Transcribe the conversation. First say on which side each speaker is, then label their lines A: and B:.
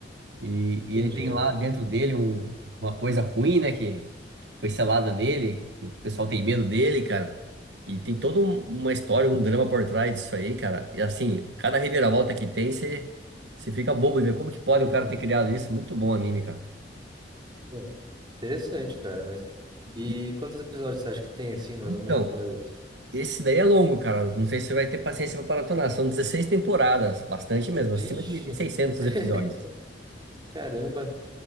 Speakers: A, on the right; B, on the right.
A: E, e
B: Entendi.
A: ele tem lá dentro dele um- uma coisa ruim, né? Que foi selada nele. E o pessoal tem medo dele, cara. E tem toda um- uma história, um drama por trás disso aí, cara. E assim, cada reviravolta que tem, você você fica bobo e vê como que pode o cara ter criado isso. Muito bom o anime, cara.
B: Pô, interessante, cara, mas... E
A: E,
B: quantos episódios você acha que tem, assim, mais
A: então,
B: ou menos, Naruto?
A: esse daí é longo, cara. Não sei se você vai ter paciência pra maratonar. São 16 temporadas, bastante mesmo,
B: Vixe,
A: acima de de 600
B: <laughs>
A: episódios.
B: caramba.